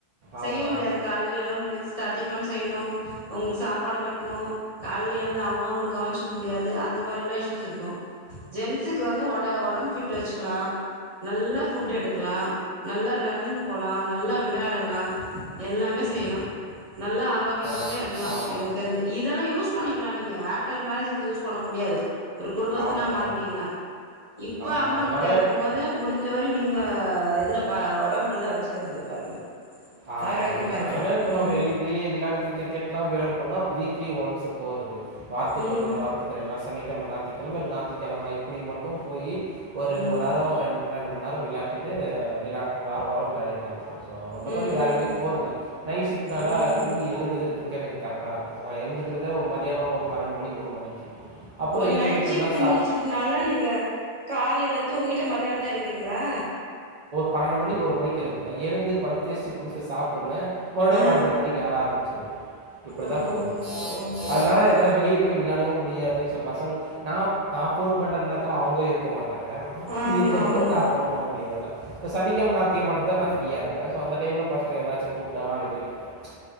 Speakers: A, on the right; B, on the right.
A: ஆமா,
B: செய்ய முடியாது கால்லே எழ முடியாது டிஃபன் செய்யணும் அவங்களுக்கு சாப்பாடு கட்டணும் கால்ல எழுந்து அவங்க அவங்கள கவனிச்சுக்க முடியாது அந்த மாதிரி எல்லாம் இஷ்யூஸ் இருக்கும் ஜென்ஸுக்கு வந்து உட உடம்பு ஃபிட் வச்சுக்கலாம் நல்லா ஃபுட் எடுக்கலா நல்லா ரன்னிங் போலா நல்லா விளையாடுலா எல்லாமே செய்லா நல்லா ஆரோக்கியமாவே
A: கரெக்ட்டு.
B: இருக்கலா
A: ஆமா,
B: எனக்கு தெரிஞ்சு இதல்லா யூஸ் பண்ணி க்களா நீங்க ஆஃப்டன் மேரேஜ்கு இது யூஸ் பண்ண முடியாது ஒரு குடும்பத்ஸ்தனா
A: ஆமா,
B: மாறிட்டீங்கன்னா இப்ப
A: ஆமா.
B: அம்மா
A: அதனால
B: கிட்ட இருக்க உம்மத முடிஞ்சவரை நீ ங்க இதுல பா உடம்பு நல்லா வச்சுக்குறதுல பாருங்க
A: ஆமா
B: ஆரோக்கியமா
A: அதுதா
B: இருக்கலா
A: அதுனால அப்புற
B: ம்
A: வெளி வெளிய வெளாயாடுது கிரிக்கெட்லா வெளாடப் பொன்னா வீக்லி ஒன்ஸ்சு போறது வார்த்துக்கு
B: ம்
A: ஒரு நாள் வார்த்துக்குறேன்னால் சனிக் கெம நாத்திக்கெழமல் நாத்திக்கெழமப்படி மட்டு போயி ஒரு ரெண்டுமண்நேரம்
B: ம்
A: ரெண் ரெண்டுமண் அம் விளையாட்டு விளா வாரம் விளையாட்டு வந்துடும் ஸோ
B: ம்
A: வேற எங்கேயும் போற இல்ல நைட் ஷிப்ட் நால
B: ம்
A: தூங்கி எழுதுகிறதுக்க கரெக்ட் இருக்கும் நான் எழுந்துக்கிறதே ஒரு மதியானம் ஒரு மணி, மணிக்கு. அப்புறம்
B: ஒரு
A: எழுந்து
B: நைட்
A: கொஞ்ச
B: சிப்ட்
A: நேரம் சா
B: முடிச்சுட்டுனால நீங்க காலில தூங்கிட்டு மத்த மத்தியாங்க ங்களா
A: பனனொண்டு மணி ஒரு மணிக்குயேழுவிட்டேன் பல் டெஸ்ட் குளிசு சாப்பிடன்னே மறுபடியும்
B: ஆ
A: ஒரு அஞ்சு மணிக்கு வேலை ஆரம்பிச்சிருவம் இப்படித்தான்
B: ஓகே
A: போகுது
B: ஓகே ஓகே
A: அதனால
B: ஓகே
A: என்னால வெளியே போய் விளையாடவும் முடியாது பசங்க நான் நான் போபோன் பண்ற நேத்துல அவங்க இருக்க மாட்டாங்க
B: ஆமா
A: இருக்கும் போது
B: ஆமா
A: நான் போன் பண்ண முட்ட அதுல இப்ப சனிகிழமை ஞாயித்துகிழமை மட்டு தான் நான் ஃப்ரீ சோ அந்த டைம்ல பசங்க ஏதாச்ச கூப்பிட்டாங்க அப்படி பெத்த